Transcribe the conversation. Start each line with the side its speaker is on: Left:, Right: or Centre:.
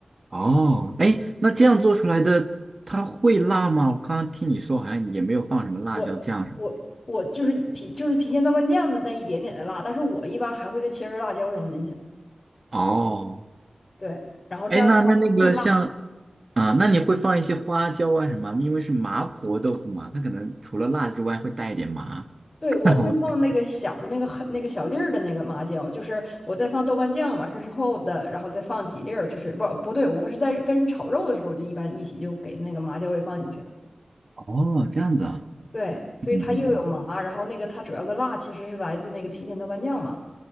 Right: 哦，哎，那这样做出来的它会辣吗？我刚刚听你说好像也没有放什么辣椒酱什么，
Left: 我我我就是郫就是郫县豆瓣酱的那一点点的辣，但是我一般还会再切根辣椒扔进去。
Right: 哦，
Left: 对，然后这样的话更辣。
Right: 哎，那那那个像。啊，那你会放一些花椒啊什么？因为是麻婆豆腐嘛，它可能除了辣之外会带一点麻。
Left: 对，
Right: <laughs>
Left: 我会放那个小的那个很那个小粒儿的那个麻椒，
Right: 我猜
Left: 就是我再放豆瓣酱完事儿之后的，然后再放几粒儿，就是不不对，我是在跟炒肉的时候，我就一般一起就给那个麻椒也放进去了。
Right: 哦，这样子啊。
Left: 对，所以它又有麻，
Right: 嗯嗯
Left: 然后那个它主要的辣其实是来自那个郫县豆瓣酱嘛，